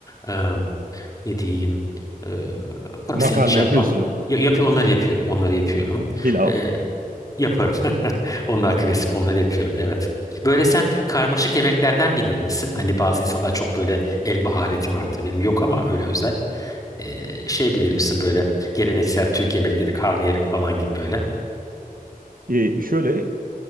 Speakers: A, on the left (about 25°); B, on the right (about 70°).
A: e, ne diyeyim? E, pırasa
B: Makarna
A: hiç yapmam.
B: yapıyorsunuzdur.
A: Ya, yap, onları yapıyorum. Onları yapıyorum.
B: Pilav.
A: E, yaparım. <laughs> Onlar klasik.
B: Evet.
A: Onları yapıyorum. Evet. Böyle sen karmaşık yemeklerden bilir misin? Hani bazı insanlar çok böyle el mahareti vardır. Benim yok ama öyle özel. Ee, şey bilir misin böyle geleneksel Türk yemekleri karnıyarık falan gibi böyle.
B: Ee, şöyle